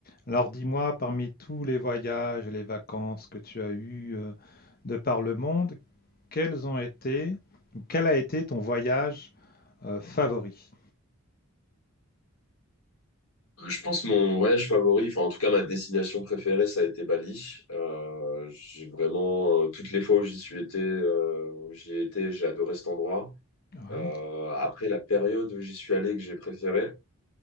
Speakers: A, on the left (about 40°); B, on the left (about 80°).
A: Alors dis-moi, parmi tous les voyages et les vacances que tu as eues euh, de par le monde, quels ont été, ou quel a été ton voyage euh, favori?
B: Je pense mon voyage favori, enfin en tout cas ma destination préférée, ça a été Bali. Euh, j'ai vraiment euh, toutes les fois où j'y suis été, euh, où j'y ai été, j'ai adoré cet endroit.
A: Ouais,
B: Euh, après la période où j'y suis allé que j'ai préféré,